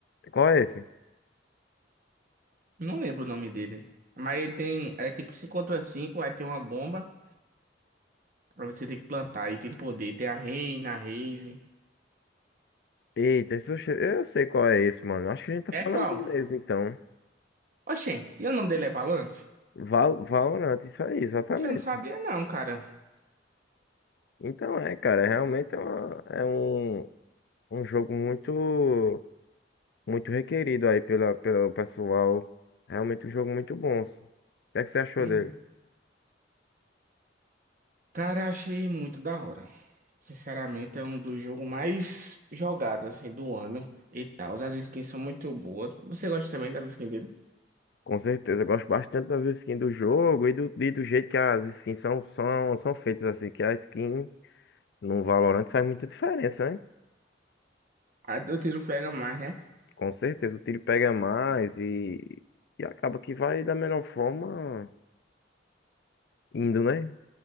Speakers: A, on the left; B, on the right.
A: Qual é esse?
B: Não lembro o nome dele. Mas ele tem. É tipo 5 contra 5, aí tem uma bomba. Pra você ter que plantar. aí tem poder. Tem a Reina, a Raze.
A: Eita, esse eu che- eu sei qual é esse, mano. Acho que a gente tá
B: É
A: falando
B: qual?
A: do mesmo, então.
B: Oxê, e o nome dele é Valorant?
A: Val Valorant, isso aí, exatamente.
B: Oxe, Eu não sabia, não, cara.
A: Então é, cara, é realmente é, uma- é um, um jogo muito, muito requerido aí pela, pelo pessoal. Realmente um jogo muito bom. O que é que você achou
B: Uhum.
A: dele?
B: Cara, achei muito da hora. Sinceramente, é um dos jogos mais jogados, assim, do ano. E tal. As skins são muito boas. Você gosta também das skins dele?
A: Com certeza, eu gosto bastante das skins do jogo e do, e do jeito que as skins são, são, são feitas, assim, que a skin no Valorant faz muita diferença, né?
B: A do tiro pega mais, né?
A: Com certeza, o tiro pega mais e, e acaba que vai da melhor forma indo, né?